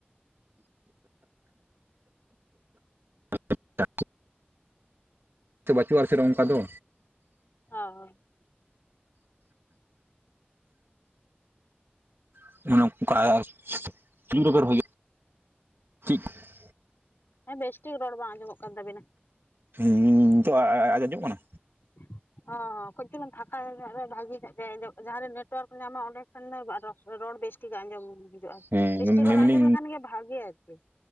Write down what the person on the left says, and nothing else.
ᱦᱟ ᱦᱟ
ᱦᱮᱸ ᱵᱮᱥ ᱴᱷᱤᱠ ᱨᱚᱲ ᱵᱟᱝ ᱟᱸᱡᱚᱢᱚᱜ ᱠᱟᱱ ᱛᱟᱵᱤᱱᱟ ᱾
<inaudible> ᱦᱚᱸ ᱠᱟ. ᱡ ᱪᱩᱞᱩᱝ ᱯᱷᱟᱸᱠᱟ ᱱᱟ. ᱜ ᱨᱮ ᱵᱷᱟᱜᱤ ᱱᱚᱜ ᱡᱟᱭᱜᱟ ᱡᱟᱦᱟᱸᱨᱮ ᱱᱮᱴᱣᱟᱨᱠ ᱧᱟᱢᱟ ᱚᱸᱰᱮ ᱠᱷᱟᱱ ᱫᱚ ᱨᱚᱲ ᱵᱮᱥ ᱼᱼ ᱴᱷᱤᱠ ᱟᱸᱡᱚᱢ ᱦᱤᱡᱩᱜᱼᱟ ᱟᱨ
ᱵᱤᱥᱴᱤᱠ
ᱨᱚᱲ ᱟᱸᱡᱚᱢ ᱞᱮᱠᱷᱟᱱ ᱜᱮ ᱵᱷᱟᱜᱮ ᱟᱨᱠᱤ ᱾